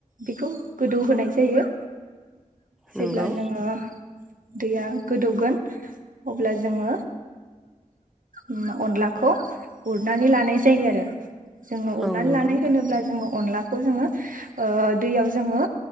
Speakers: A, on the right (about 80°); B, in the centre.
A: बेखौ गोदौ होनाय जायो। जेब्ला
B: नंगौ
A: जोङो दैया गोदौगोन अब्ला जोङो। उम अनलाखौ उरनानै लानाय जायो आरो जोङो उरनानै
B: औ नंगौ
A: लानाय होनोब्ला जोङो अनलाखौ जोङो ओ दैयाव जोङो